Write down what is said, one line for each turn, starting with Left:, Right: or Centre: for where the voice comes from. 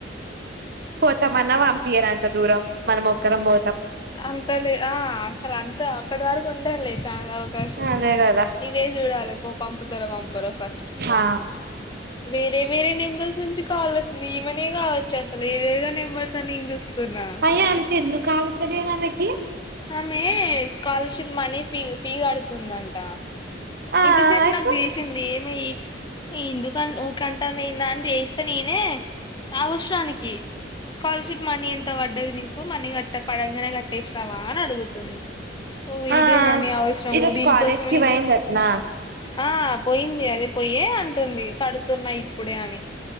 Right: పోతం అన్న పంపియారు అంత దూరం మనం ఒక్కరం పో
Left: అంతలే ఆ అసలు అంత అక్కటి వరకు ఉండలే చాలా అవకాశం
Right: అదే కదా
Left: రేజ్ చుడాలే పో పంపుతారో పంపారో ఫస్ట్
Right: ఆ
Left: వేరే వేరే నెంబర్స్ నుంచి కాల్ వస్తుంది ఈమనే కావచ్చు అసలు ఏదేదో నెంబర్స్ అని నేన్ చూస్తున్నా
Right: ఏ అంత ఎందుకుగుతులే ఆమెకి
Left: ఆమె స్కాలర్షిప్ మనీ ఫీ ఫీ కడుతుందంట
Right: ఆ
Left: ఇంతసేపు
Right: అయితే
Left: నాకు చేసింది ఏమి ఎందుకు అన్ ఊకంటంది ఏందా అని చేస్తే నేనే అ అవసరానికి స్కాలర్షిప్ మనీ ఎంత పడ్డది నీకు మనీ కట్ట పడంగానే కట్టేసినావా అని అడుగుతుంది. ఓ
Right: ఆ
Left: ఇదే న నీవసరము
Right: ఈరోజు
Left: దీనికోసమే
Right: కాలేజ్ కి పోయిందటనా
Left: ఆ పోయింది అదే పోయే అంటుంది కడుతున్నా ఇప్పుడే అని